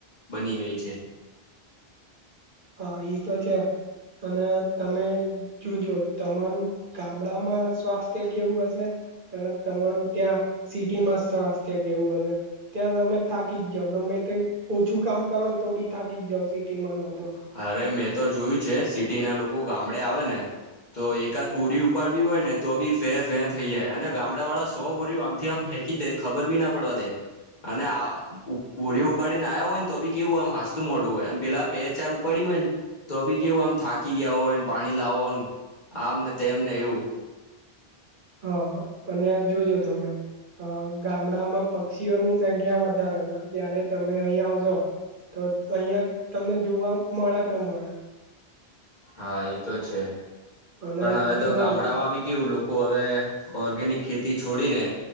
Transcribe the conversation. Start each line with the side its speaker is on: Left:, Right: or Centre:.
Left: બની ગઈ છે.
Right: હા એ તો છે. અને તમે જોજો તમારું ગામડામાં સ્વાસ્થ્ય કેવું હશે. તમારું ત્યાં સિટીમાં સ્વાસ્થ્ય કેવું હશે ત્યાં તમે થાકી જ જા ગમે ઓછું કામ કરો ને તો બી થાકી જ જાવ સિટીમાં રહો તો,
Left: અરે મેં તો જોયું છે, સિટી ના લોકો ગામડે આવે ને. તો એકાદ બોરી ઉપાડવી હોય, ને તો બી ફે ફે થઈ જાય અને ગામડા વાળા સો બોરઓ આમથી આમ હે કીધે ખબર બી ના પડવા દે. અને ભરી ઉપાડીને આવ્યા હોય, ને તો બી કેવું આમ હાસતું મોટું હોયમ પેલા બે ચારું પડ્યું હોય ને તો બી કેવું આમ થાકી ગયા, હોયને પાણી લાવો હોય ને. આમ ને તેમને એવું.
Right: હા અને જોજો તમે, અ ગામડાઓમાં પક્ષીઓની સંખ્યા વધારે જયારે તમે અહીં આવજો. તો અહિયાં તમને જોવા મળે તો મળે.
Left: હા એ તો છે,
Right: અને
Left: પણ હવે
Right: જુઓ
Left: તો ગામડામાં
Right: ને
Left: બી કેવું લોકો હવે ઓર્ગેનિક ખેતી છોડીને